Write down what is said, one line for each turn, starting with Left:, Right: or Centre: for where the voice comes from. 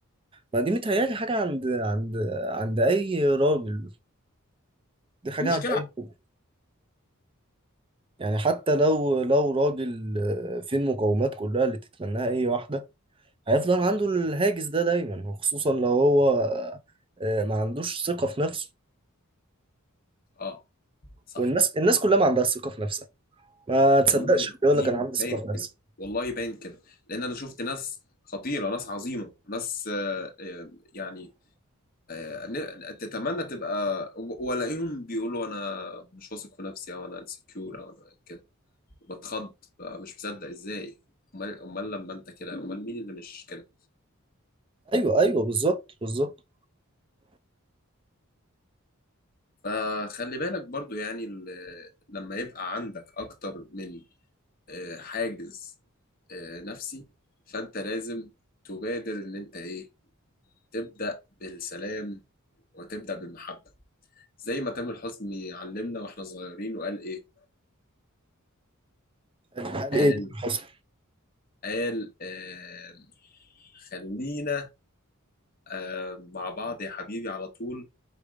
Right: ما دي متهيألي حاجة عند عند عند أي راجل دي حاجة
Left: دي مشكلة
Right: عند أي راجل يعني حتى لو لو راجل آه، فيه المقومات كلها اللي تتمناها أي واحدة هيفضل عنده الهاجس ده دايما وخصوصا لو هو آه، ما عندوش ثقة في نفسه
Left: اه صح
Right: والناس الناس كلها ما عندها ثقة في نفسها ما تصدقش
Left: والله العظيم
Right: اللي يقول لك أنا عندي ثقة
Left: باين
Right: في نفسي
Left: كده والله باين كده لان انا شفت ناس خطيره ناس عظيمه ناس آه، آه، يعني آه، ن- تتمنى تبقى و- والاقيهم بيقولوا انا مش واثق في نفسي او انا انسكيور او انا كده بتخض بقى مش مصدق ازاي امال امال لما انت كده امال مين اللي مش كده
Right: أيوه أيوه بالظبط بالظبط
Left: فخلي بالك برضو يعني ال- لما يبقى عندك اكتر من آه، حاجز آه، نفسي فانت لازم تبادر ان انت ايه تبدا بالسلام وتبدا بالمحبه زي ما تامر حسني علمنا واحنا صغيرين وقال ايه
Right: قال
Left: قال
Right: إيه ده حصل
Left: قال آه خلينا آه مع بعض يا حبيبي على طول